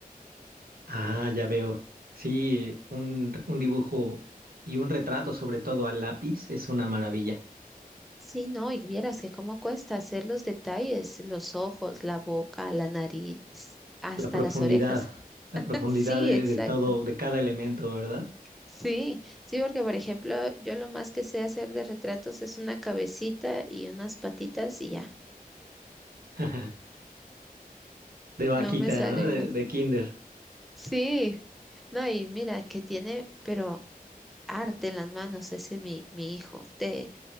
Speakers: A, on the right; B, in the centre.
A: Ah, ya veo. Sí, un, un dibujo y un retrato, sobre todo a lápiz, es una maravilla.
B: Sí, no, y vieras que cómo cuesta hacer los detalles, los ojos, la boca, la nariz, hasta
A: La profundidad,
B: las orejas.
A: la
B: <laughs>
A: profundidad
B: Sí,
A: de,
B: exacto.
A: de todo, de cada elemento, ¿verdad?
B: Sí, sí, porque por ejemplo, yo lo más que sé hacer de retratos es una cabecita y unas patitas y ya.
A: <laughs> De vaquita,
B: No me salen
A: ¿no? De,
B: más.
A: de kinder.
B: Sí, no, y mira que tiene, pero arte en las manos ese mi, mi hijo. Te-